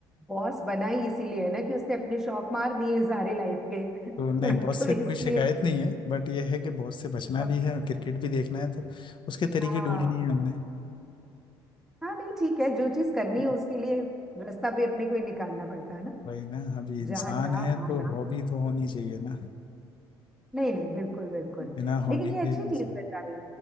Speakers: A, in the centre; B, on the left (about 40°).
A: बॉस बना ही इसीलिए है ना कि उसने अपने शौक मार दिए हैं सारे लाइफ के <laughs>
B: तो नहीं बॉस
A: तो
B: से कोई
A: इसलिए
B: शिकायत नहीं है बट ये है कि बॉस से बचना
A: ओके
B: भी है क्रिकेट भी देखना है तो उसके तरीके
A: हाँ
B: ढूंढ लिए हमने
A: हाँ नहीं ठीक है जो चीज करनी
B: हम्म।
A: है उसके लिए रास्ता भी अपने को ही निकालना पड़ता है ना
B: वही ना अभी इंसान
A: जहाँ चाह
B: है
A: वहाँ
B: तो हॉबी तो होनी चाहिए ना
A: नहीं नहीं बिल्कुल बिल्कुल
B: बिना हॉबी
A: लेकिन ये
B: के
A: अच्छी
B: इंसान-
A: चीज बताई